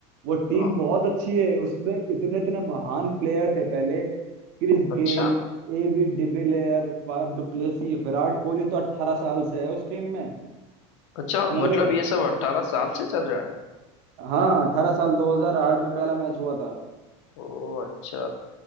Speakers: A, on the right; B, on the left.
A: वो टीम
B: हाँ,
A: बहुत अच्छी है उसमें इतने इतने महान प्लेयर थे पहले Chris
B: अच्छा
A: Gayle A B de Villiers Faf du Plessis Virat Kohli तो 18 साल से है उस टीम में
B: अच्छा
A: समझ
B: मतलब
A: रहे हो
B: ये सब अट्ठारह साल से चल रहा है
A: हाँ अठारह साल 2008 में पहला मैच हुआ था
B: ओ अच्छा